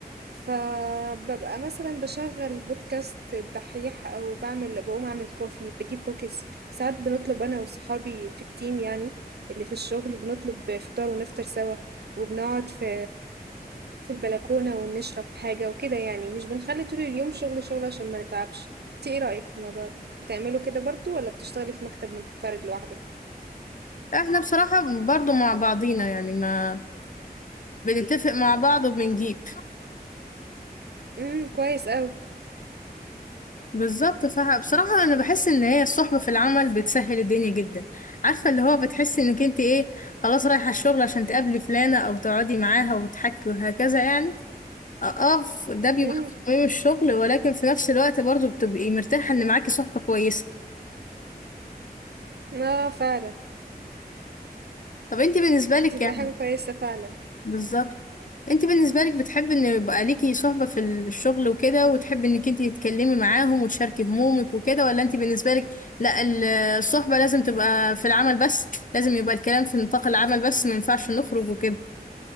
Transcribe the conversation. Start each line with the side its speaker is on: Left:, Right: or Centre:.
Right: فببقى مثلا بشغل بودكاست الدحيح او بعمل بقوم اعمل كوفي بجيب كوكيز ساعات بنطلب انا وصحابي في التيم يعني اللي في الشغل بنطلب فطار ونفطر سوا وبنقعد في في البلكونة ونشرب حاجة وكده يعني مش بنخلي طول اليوم شغل شغل عشان ما نتعبش انت ايه رأيك في الموضوع ده بتعملوا كده برضو ولا بتشتغلي في مكتب منفرد لوحدك
Left: احنا بصراحة برضو مع بعضينا يعني ما بنتفق مع بعض وبنجيب
Right: امم كويس قوي
Left: بالظبط فبصراحة انا بحس ان هي الصحبة في العمل بتسهل الدنيا جدا عارفة اللي هو بتحس انك انت ايه خلاص رايحة الشغل عشان تقابلي فلانة او تقعدي معاها وتحكي وهكذا يعني اه ف- ده بيبقى
Right: امم
Left: في قيم الشغل ولكن في نفس الوقت برضه بتبقي مرتاحة ان معاكي صحبة كويسة
Right: اه فعلا
Left: طب انت بالنسبة لك
Right: تبقى
Left: يعني
Right: حاجة كويسة فعلا
Left: بالظبط انت بالنسبة لك بتحبي ان يبقى ليكي صحبة في الشغل وكده وتحبي انك انت تتكلمي معاهم وتشاركي همومك وكده ولا انت بالنسبة لك لا ال- الصحبة لازم تبقى في العمل بس لازم يبقى الكلام في نطاق العمل بس ما ينفعش نخرج وكده